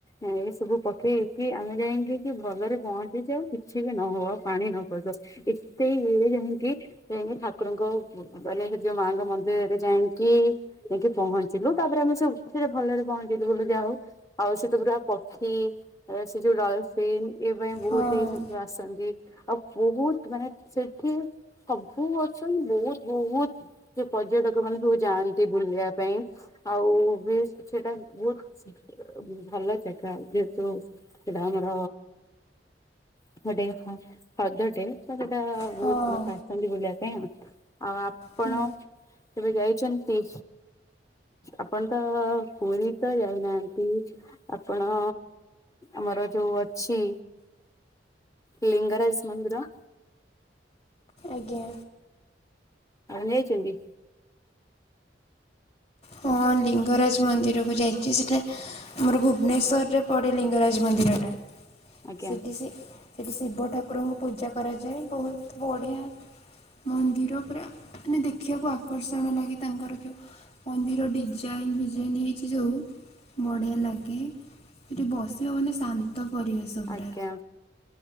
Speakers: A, on the left (about 20°); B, on the left (about 35°).
A: ଏଇ ସବୁ ପକେଇକି ଆମେ ଯାଇଁକି କି ଭଲରେ ପହଞ୍ଚିଚି ଯାଉ, କିଛି ବି ନ ହଉ ଆଉ ପାଣି ନ ପଡ଼ୁ। ଏତେ ବେଳେ ଯାଇଁକି ଏଇନେ ଠାକୁରଙ୍କ ମାନେ ହେଇ ଯୋଉ ମାଙ୍କ ମନ୍ଦିରରେ ଯାଇଁକି ଯାଇଁକି ପହଞ୍ଚିଲୁ ତାପରେ ଆମେ ସବୁ ସେଠି ଭଲରେ ପହଞ୍ଚିଗଲୁ ଯା ହଉ, ଆଉ ସେଠୁ ପୁରା ପକ୍ଷୀ ଅ ସେ ଯୋଉ <unintelligible> ସ୍ପେନ ଏ ପାଇଁ ବହୁତ
B: ହଁ
A: ହି ସେଠୁ ଆସ ସେମିତି ଆଉ ବହୁତ ମାନେ ସେଠି ସବୁ <unintelligible> ବହୁତ ବହୁତ ଯୋଉ ପର୍ଯ୍ୟଟକମାନେ ସବୁ ଯାଆନ୍ତି ବୁଲିବା ପାଇଁ ଆଉ ଯୋଉ ସେଟା ବହୁତ ଅ ଭଲ ଜାଗା, ଯେହେତୁ ସେଇଟା ଆମର, <unintelligible> ହଁ ହ୍ରଦ ଟେ ତ ସେଇଟା
B: ହଁ
A: ବହୁତ ଦରକାର ସେମିତି ବୁଲିବା ପାଇଁ ଆଉ ଆଉ ଆପଣ
B: ହୁଁ
A: କେବେ ଯାଇଛନ୍ତି? ଆପଣ ତ ପୁରୀ ତ ଯାଇନାହାନ୍ତି, ଆପଣ ଆମର ଯୋଉ ଅଛି, ଲିଙ୍ଗରାଜ ମନ୍ଦିର
B: ଆଜ୍ଞା।
A: <unintelligible> ଯାଇଚନ୍ତି?
B: ହଁ ଲିଙ୍ଗରାଜ ମନ୍ଦିରକୁ ଯାଇଛି, ସେଇଟା ଆମର ଭୁବନେଶ୍ୱରରେ ପଡ଼େ ଲିଙ୍ଗରାଜ ମନ୍ଦିରଟା।
A: ଆଜ୍ଞା
B: ସେଠି ସେ, ସେଠି ଶିବ ଠାକୁରଙ୍କୁ ପୂଜା କରାଯାଏ ବହୁତ ବଢିଆ ମନ୍ଦିର ପୁରା, ମାନେ ଦେଖିବାକୁ ଆକର୍ଷଣ ଲାଗେ ତାଙ୍କର ଯୋଉ ମନ୍ଦିର ଡିଜାଇନ ଫିଜାଇନ ହେଇଛି ଯୋଉ ବଢ଼ିଆ ଲାଗେ। ସେଠି ବସିବ ମାନେ ଶାନ୍ତ ପରିବେଶ ପୁରା।
A: ଆଜ୍ଞା।